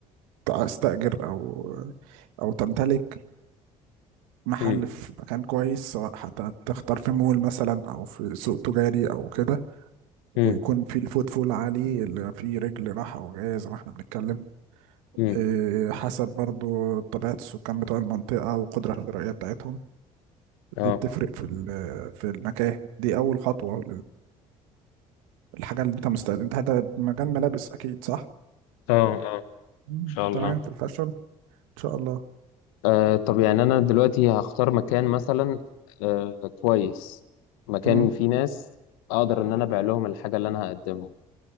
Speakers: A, on the right; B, on the left.
A: تستأجر او او تمتلك محل
B: امم
A: في مكان كويس سواء حتى تختار في مول مثلا او في سوق تجاري او كده
B: امم
A: ويكون في الفوت فول عالي اللي فيه رجل راحة او جاية زي ما احنا بنتكلم
B: امم
A: آه، حسب برضو طبيعة السكان بتوع المنطقة والقدرة الشرائية بتاعتهم
B: اه
A: دي بتفرق في ال- في المكان دي اول خطوه للحاجه اللي انت مستعد انت هذا مجال ملابس اكيد صح
B: اه اه ان
A: مم.
B: شاء الله
A: تمام في الفاشن ان شاء الله
B: آه طب يعني أنا دلوقتي هختار مكان مثلا آه كويس مكان
A: مم.
B: فيه ناس أقدر إن أنا أبيع لهم الحاجة اللي أنا هقدمها